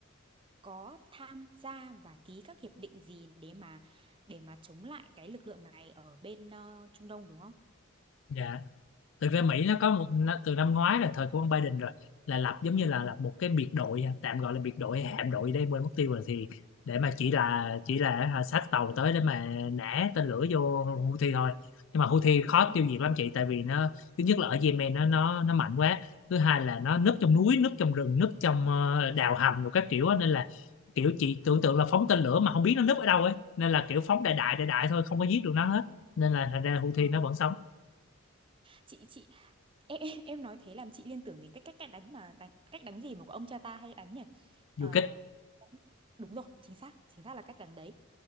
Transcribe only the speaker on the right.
có tham gia và ký các hiệp định gì để mà để mà chống lại cái lực lượng này ở bên ờ, Trung Đông đúng không?
Ừ
ừ
ừ.
Ờ.
Chị chị em, em em nói thế làm chị liên tưởng đến cách cách cách đánh mà đánh cách đánh gì mà của ông cha ta hay đánh nhỉ? Ờ,
đúng rồi chính xác chính xác là cách đánh đấy